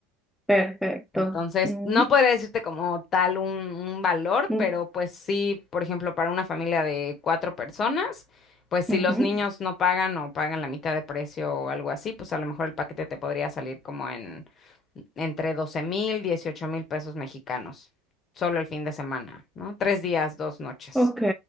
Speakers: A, in the centre; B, on the left.
A: Perfecto.
B: Entonces,
A: Ujú,
B: no podría decirte como tal un, un valor,
A: ujú,
B: pero pues sí, por ejemplo, para una familia de cuatro personas, pues si
A: ujú,
B: los niños no pagan o pagan la mitad de precio o algo así, pues a lo mejor el paquete te podría salir como en entre doce mil, dieciocho mil pesos mexicanos, solo el fin de semana, ¿no? Tres días, dos noches.
A: Ok,